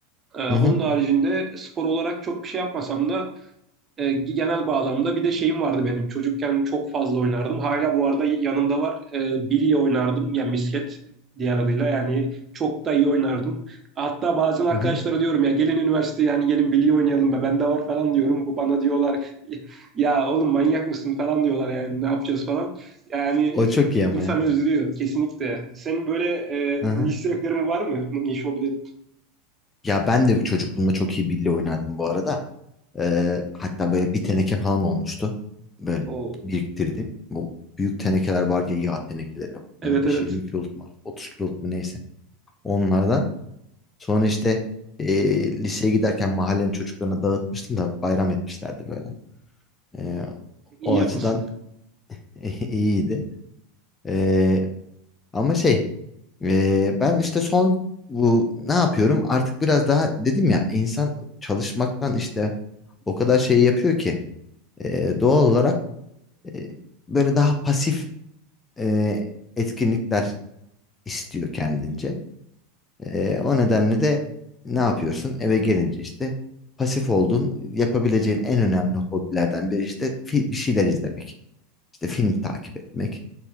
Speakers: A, on the right; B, on the left.
A: E,
B: Hı
A: onun
B: hı.
A: haricinde spor olarak çok bir şey yapmasam da e, genel bağlamda bir de şeyim vardı benim. Çocukken çok fazla oynardım. Hala bu arada yanımda var. E, Bilye oynardım. Yani misket diğer adıyla. Yani çok da iyi oynardım. Hatta bazen arkadaşlara
B: Hı hı.
A: diyorum ya gelin üniversiteye yani gelin bilye oynayalım be bende var falan diyorum. Bu bana diyorlar <laughs> ya oğlum manyak mısın falan diyorlar yani ne yapacağız falan. Yani
B: O çok iyi ama
A: insan
B: ya.
A: özlüyor kesinlikle. Senin böyle e,
B: Aha.
A: niş zevklerin var mı? Niş hobilerin?
B: Ya ben de çocukluğumda çok iyi bilye oynardım bu arada. Ee, hatta böyle bir teneke falan olmuştu. Böyle
A: Oo.
B: biriktirdim. Bu büyük tenekeler var ya yağ tenekeleri.
A: Evet
B: 15-20
A: evet.
B: kiloluk mu artık, 30 kiloluk mu neyse. Onlardan. Sonra işte e, liseye giderken mahallenin çocuklarına dağıtmıştım da bayram etmişlerdi böyle. Ee,
A: İyi
B: o
A: yapmışsın.
B: açıdan <laughs> iyiydi. Ee, ama şey Ee, ben işte son bu ne yapıyorum? Artık biraz daha dedim ya insan çalışmaktan işte o kadar şey yapıyor ki e, doğal olarak e, böyle daha pasif e, etkinlikler istiyor kendince. E, o nedenle de ne yapıyorsun? Eve gelince işte pasif olduğun yapabileceğin en önemli hobilerden biri işte fi- bir şeyler izlemek. İşte film takip etmek